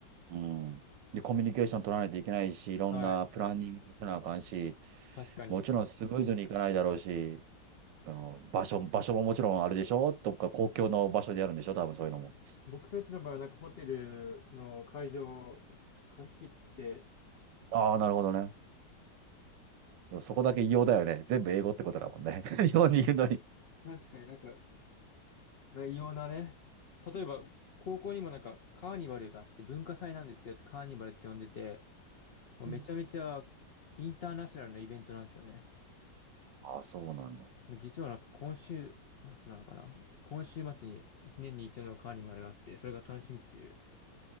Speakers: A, on the right; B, on the left.
A: んうん。で、コミュニケーション取らないといけないし、いろんなプランニングもせなあかんし、
B: はい。確かに。
A: もちろんスムーズにいかないだろうし、あの場所、場所ももちろんあれでしょとか公共の場所でやるんでしょ多分そういうのも。
B: 僕たちの場合はなんかホテルの会場を貸し切って、
A: ああ、
B: あ
A: なるほどね。でもそこだけ異様だよね。全部英語ってことだもんね。<laughs> 日本にいるのに。
B: 確かになんか、な異様なね、例えば高校にもなんかカーニバルがあって、文化祭なんですけど、カーニバルって呼んでて、もうめちゃめちゃ
A: うん。
B: インターナショナルなイベントなんですよね。
A: ああ、そうなんだ。
B: もう実はなんか今週末なのかな今週末に一年に一度のカーニバルがあって、それが楽しみっていう。